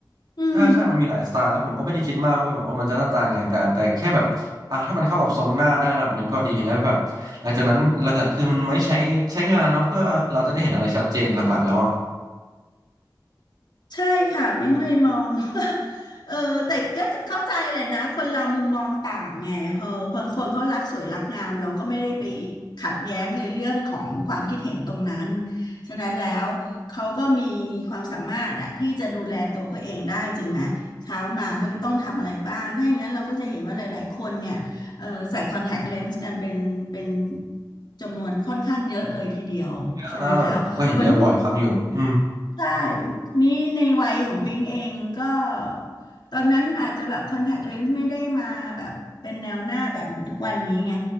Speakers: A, on the left (about 65°); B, on the right (about 60°).
A: อืม
B: ใช่ใช่มันมีหลายสไตล์แล้วผมก็ไม่ได้คิดมากว่าแบบว่ามันจะหน้าตายังไงแต่แต่แค่แบบอ่ะถ้ามันเข้ากับทรงหน้าได้ระดับหนึ่งก็ดีแล้วแบบ หลังจากนั้นหลักๆคือมันไว้ใช้ใช้งานเนาะเพื่อเราจะได้เห็นอะไรชัดเจนหลักๆแล้วอ่ะ
A: ใช่ค่ะบิ๊งเลยมอง <laughs> ว่าเออแต่ก็เข้าใจแหละนะคนเรามุมมองต่างไงพอบางคนเขารักสวยรักงามเราก็ไม่ได้ไปขัดแย้งในเรื่องของความคิดเห็นตรงนั้นฉะนั้นแล้วเขาก็มีความสามารถอะที่จะดูแลตัวเขาเองได้จริงไหมเช้ามาเขาจะต้องทำอะไรบ้างถ้าอย่างนั้นเราก็จะเห็นว่าหลายๆคนเนี่ยเออใส่คอนแทคเลนส์กันเป็นเป็นจำนวนค่อนข้างเยอะเลยทีเดียวฉะนั้นแล้วคนที่
B: เยอะนะระดับหนึ่งผมก็เห็นเยอะบ่อยครั้งอยู่อืม
A: ใช่คราวนี้ในวัยของปิงเองก็ตอนนั้นอาจจะแบบคอนแทคเลนส์ไม่ได้มาแบบเป็นแนวหน้าแบบเหมือนทุกวันนี้ไง